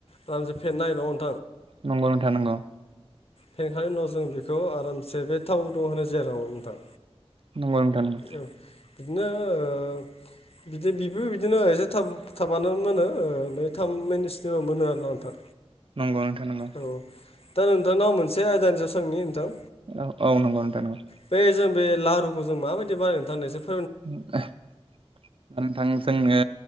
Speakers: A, on the left; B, on the right.
A: आरामसे <unintelligible>
B: नंगौ नोंथां नंगौ।
A: फेंखांनायनि उनाव जों बेखौ आरामसे बे थाव गुदुं होनाय जायगायाव नोंथां
B: नंगौ नोंथां नंगौ
A: औ बिदिनो ओ बिदि बिबो बिदिनो एसे थाब थाबानो मोनो ओ ब्रै थाम मिनिटसोनि उनाव मोनो आरोना नोंथां।
B: नंगौ नोंथां नंगौ।
A: औ दा नोंथांनाव मोनसे आयदानि सोंनि नोंथां
B: औ औ नंगौ नोंथां नंगौ
A: बे जों बे लारुखौ जों माबायदि बानायनो नोंथां <unintelligible>
B: <unintelligible> नोंथां जोंनो